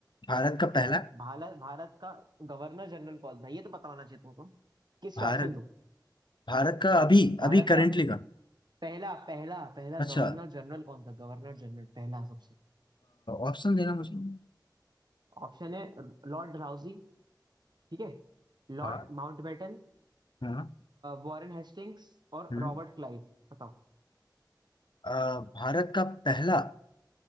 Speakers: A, on the left (about 80°); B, on the right (about 65°).
A: भारत का पहला
B: भारत भारत का गवर्नर जनरल कौन था ये तो बताना चाहिए तुमको किसके
A: भारत
B: ऑप्शन दूं
A: भारत का अभी
B: भारत
A: अभी करेंटली
B: का
A: का
B: पहला पहला पहला
A: अच्छा
B: गवर्नर जनरल कौन था गवर्नर जनरल पहला सबसे
A: ऑप्शन देना मुझे
B: ऑप्शन है लॉर्ड डलहौजी ठीक है लॉर्ड
A: हाँ
B: माउंटबेटन
A: हाँ
B: वॉरेन हेस्टिंग्स और
A: हाँ।
B: रॉबर्ट क्लाइव बताओ
A: अ, भारत का पहला